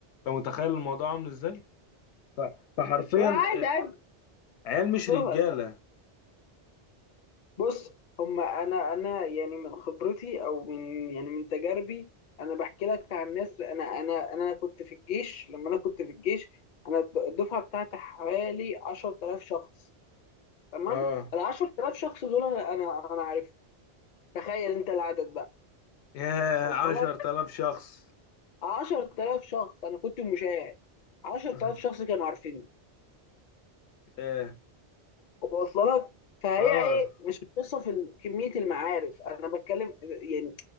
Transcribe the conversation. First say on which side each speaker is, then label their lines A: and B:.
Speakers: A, on the left; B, on the left.
A: انت متخيل الموضوع عامل ازاي ف- فحرفيا
B: عادي
A: إيه،
B: عادي
A: عيال مش
B: صور
A: رجاله
B: بص هما انا انا يعني من خبرتي او من يعني من تجاربي انا بحكي لك عن ناس انا انا انا كنت في الجيش لما انا كنت في الجيش انا الد- الدفعه بتاعتي حوالي 10000 شخص تمام
A: اه
B: ال 10000 شخص دول انا انا انا عارفهم تخيل انت العدد بقى
A: ياه
B: وصل
A: 10000
B: لك
A: شخص
B: 10000 شخص انا كنت مشاهد 10000
A: <laughs>
B: شخص كانوا عارفيني
A: ياه
B: وصل لك فهي
A: اه
B: ايه مش قصه في ال- كميه المعارف انا بتكلم يعني